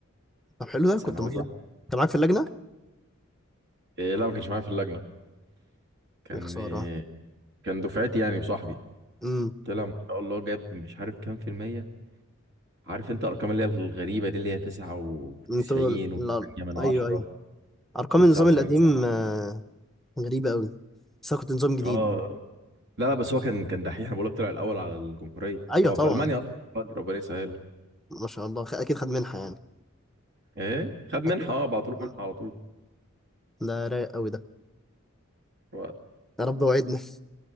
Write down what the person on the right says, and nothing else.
ثانويه
إيه لا ما كانش معايا في اللجنه كان
إيه، كان دفعتي يعني وصاحبي
طلع ما شاء الله جاب مش عارف كام في المية عارف انت الارقام اللي هي الغريبه دي اللي هي 99
و8 من 10
و99
من 9
اه لا لا بس هو كان كان دحيح انا بقول لك طلع الاول على الجمهوريه
هو
في المانيا اصلا دلوقتي ربنا يسهله
ايه خد منحه
اه بعتوا له
منحه على طول
و-